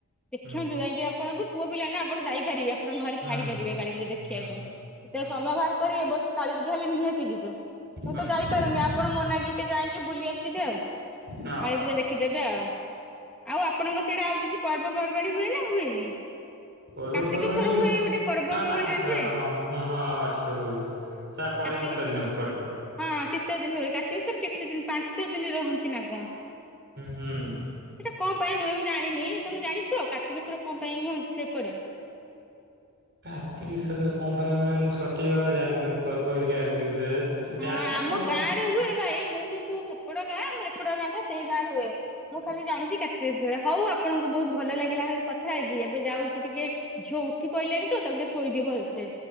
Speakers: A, in the centre; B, on the right.
A: ଦେଖନ୍ତୁ
B: ହୁଁ
A: ଯାଇଁକି ଆପଣଙ୍କୁ ପୁଅ ପିଲା ନା ଆପଣ ଯାଇପାରିବେ। ଆପଣ ଘରେ
B: ହୁଁ
A: ଛାଡି ପାରିବେ କାଳୀୂଜା
B: ହୁଁ
A: ଦେଖିବାକୁ
B: ହୁଁ
A: କେତେଳେ
B: ହଁ
A: ସମୟ ବାହାର କରି ଏବ ବର୍ଷ କାଳୀ ତାହେଲେ ନିହାତି ଯିବେ ମୁଁ
B: ହଁ
A: ତ
B: ନିଶ୍ଚୟ
A: ଯାଇପାରୁନି ଆପଣ ମୋନାଗିଟେ ଯାଇଁକି ବୁଲି ଆସିବେ ଆଉ।
B: ହଁ।
A: କଳୀପୂଜା ଦେଖିଦେବେ ଆଉ ଆଉ ଆପଣଙ୍କ ସିଆଡେ ଆଉ କିଛି ପର୍ବପର୍ବାଣୀ ହୁଏ ନା ହୁଏନି।
B: ପର୍ବପର୍ବାଣୀ
A: କାର୍ତ୍ତିକଶ୍ୱର ହୁଏ ଏଇ ଗୋଟେ ପର୍ବ
B: ହଁ
A: ର୍ପବାଣୀ
B: କାର୍ତ୍ତିକ
A: ଜାଣିଥିବେ।
B: ସ୍ୱ ହଁ ହଁ ହଁ ଅଛି ହୁଏ ହୁଏ ତା ପଡେ
A: କାର୍ତ୍ତିକେଶ୍ଵର
B: ଶୀତ ଦିନକୁ ପଡେ।
A: ହଁ ଶୀତ ଦିନ ହୁଏ କାର୍ତ୍ତୀକେଶ୍ଵର କେତେ ଦିନ ପାଞ୍ଚ ଦିନେ ରହନ୍ତି ନା କଣ?
B: ହୁଁ ହୁଁ।
A: ସେଟା କଣ ପାଇଁ ହୁଏ ମୁଁ ଜାଣିନି ତମେ ଜାଣିଛ କାର୍ତ୍ତୀକେଶ୍ୱର କଣ ପାଇଁ ହୁଅନ୍ତି ସେପଟେ?
B: କାର୍ତ୍ତିକେଶ୍ଵର କଣ ପାଇଁ ହୁଏ ମୁଁ ସଠିକ ଭାବରେ ଜାଣିନି ମୁଁ ପର୍ବ ଅଧିକାର ବିଷୟରେ।
A: ହଁ
B: ଜାଣେ
A: ଆମ
B: ବହୁତ
A: ଗାଁ ରେ ହୁଏ ଭାଇ ମୁଁ କିନ୍ତୁ ସେପଟ ଗାଁ ଆମର ଏପଟ ଗାଁ ଟା ସେଇ ଗାଁ ରେ ହୁଏ। ମୁଁ ଖାଲି ଜାଣିଛି କାର୍ତ୍ତୀଶ୍ଵର ହଉ ଆପଣଙ୍କୁ ବହୁତ ଭଲ ଲାଗିଲା ହେଇ କଥା ହେଇକି ଏବେ ଯାଉଛି ଟିକିଏ ଝିଅ ଉଠି ପଇଲାଣି ତ ତାକୁଟେ ଶୋଇଦିଏ ଭଲ ସେ